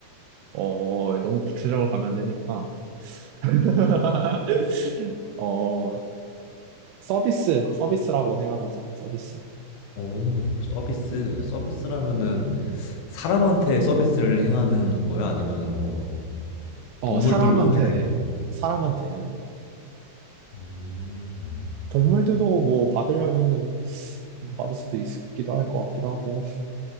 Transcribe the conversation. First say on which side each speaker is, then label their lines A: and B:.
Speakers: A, on the right (about 90°); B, on the left (about 80°).
A: 어, 너무 구체적으로 가면 안 되니까. <laughs> 어, 서비스, 서비스라고 생각하자, 서비스.
B: 오, 서비스. 서비스라면은 사람한테 서비스를 행하는 거야? 아니면은 뭐
A: 어,
B: 동물들도
A: 사람한테,
B: 해당이 네
A: 사람한테 하는 거야.
B: 음,
A: 동물들도 뭐 받으려면은 받을 수도 있기도 할 것 같기도 하고.